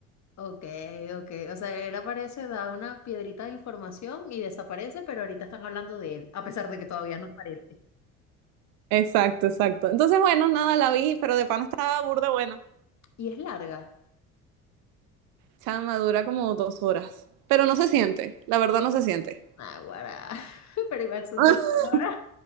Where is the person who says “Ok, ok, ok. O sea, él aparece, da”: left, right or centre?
Left